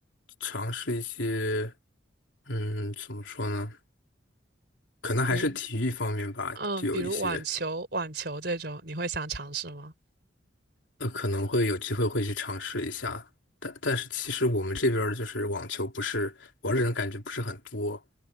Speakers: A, on the left (about 75°); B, on the right (about 55°).
A: 尝试一些，嗯，怎么说呢？可能还是体育方面吧，
B: 比如嗯，
A: 就有一些，
B: 比如网球、网球这种，你会想尝试吗？
A: 呃，可能会有机会会去尝试一下。但但是其实我们这边儿就是网球不是玩儿的人感觉不是很多，